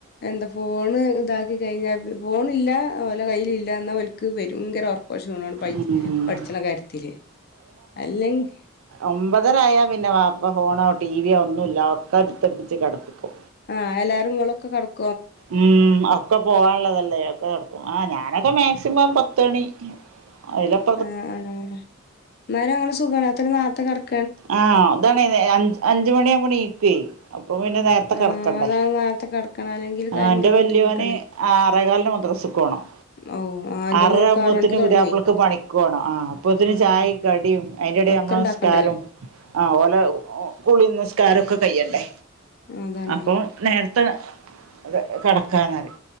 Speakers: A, on the left; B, on the right.
A: എന്താ ഫോണ് ഇതാക്കി കഴിഞ്ഞാ പി ഫോണില്ല ഓലെ കയ്യിൽ ഇല്ല എന്നാ ഓൽക്ക് ഭയങ്കര ഒറക്ക് ക്ക ഷീണാണ് പയ്ച്
B: ഉം
A: പഠിച്ചണ കാര്യത്തില് അല്ലെങ്കി
B: ഒമ്പതരായ പിന്നെ വാപ്പ ഫോണോ ടീവിയോ ഒന്നുല്ല ഒക്കെ എടുത്തുപ്പിച്ച് കിടപ്പിക്കും.
A: ആഹ് എല്ലാരും നിങ്ങളൊക്കെ കടക്
B: ഉം ആക് ഒക്കെ പോവാനുള്ളതല്ലേ ഒക്കെ നടക്കും ആഹ് ഞാനൊക്കെ മാക്സിമം പത്ത്മണി ആഹ് അതിലക്
A: ആഹ് ആഹ് എന്നാലും അങ്ങെ സുഖാണ എത്തറ നേരത്ത കെടക്
B: ആഹ് അതാണ് നേ അഞ്ച് അഞ്ച് മണിയാവുമ്പോണീക് ക്വെ അപ്പൊ പിന്നെ നേരത്തെ
A: ആ
B: കെടക്കണ്ടേ
A: അതാണ് നേരത്തെ കടക്കണം അല്ലെങ്കിൽ
B: ആഹ്
A: ഭയങ്കര
B: എന്റെ വല്യോന്
A: ബുദ്ധിമുട്ടാണ്
B: ആറേകാലിന് മദ്രസ്സുക്ക് പോണം.
A: ഓ ആ എന്റെ
B: അറര
A: മോൾക്ക്
B: ആകുമ്പോത്തിന്
A: ആറ് മണിക്ക് തുടങ്ങി
B: പുതിയാപ്ലക്ക് പണിക്ക്പോണം ആഹ് അപ്പോത്തിന്
A: ആഹ്
B: ചായിം കടിയും അതിന്റെടെ
A: ഒക്കെ
B: അമ്മള
A: ഇണ്ടാക്കണ്ടേ
B: നിസ്കാരോം ആഹ് ഓലെ കുളീം നിസ്കാരൊക്കെ കയ്യണ്ടേ
A: അതാണ്
B: അപ്പൊ നേര്ത്തെ കെ കെടക്കാന്നറിം